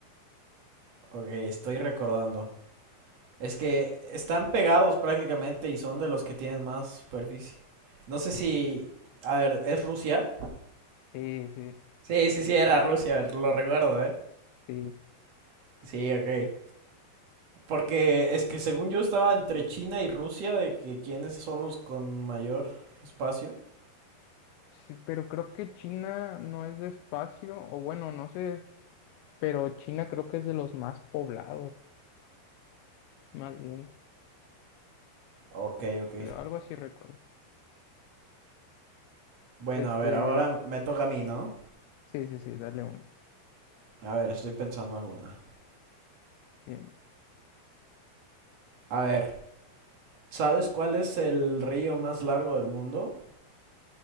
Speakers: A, on the right; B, on the left.
A: Ok, estoy recordando. Es que están pegados prácticamente y son de los que tienen más superficie. No sé si... A ver, ¿es Rusia?
B: Eh, sí,
A: Sí, sí, sí, era Rusia, lo recuerdo, ¿eh?
B: sí.
A: Sí, ok. Porque es que según yo estaba entre China y Rusia de que quiénes son los con mayor espacio.
B: Sí, pero creo que China no es de espacio, o bueno, no sé, pero China creo que es de los más poblados, más bien,
A: Ok, ok.
B: creo, algo así recuerdo.
A: Bueno,
B: Este,
A: a ver, ahora me toca a mí, ¿no?
B: sí, sí, sí, dale uno.
A: A ver, estoy pensando alguna.
B: Bien.
A: A ver, ¿sabes cuál es el río más largo del mundo?